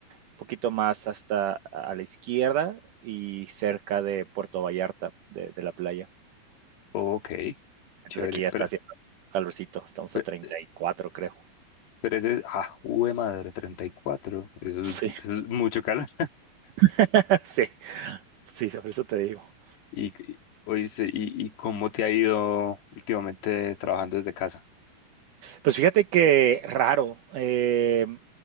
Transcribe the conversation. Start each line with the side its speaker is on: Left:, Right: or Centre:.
Right: un poquito más hasta a la izquierda y cerca de Puerto Vallarta, de de la playa.
Left: ok,
Right: Entonces
Left: chévere,
Right: aquí ya está
Left: pero,
Right: haciendo calorcito, estamos
Left: pe-
Right: a 34 creo.
Left: pero, eso es, ah, jue madre, 34, eso
Right: Sí,
Left: es, eso es mucho calor.
Right: <laughs> sí, sí, sobre eso te digo.
Left: Y, y, oíste, y, ¿y cómo te ha ido últimamente trabajando desde casa?
Right: Pues fíjate que raro. eh,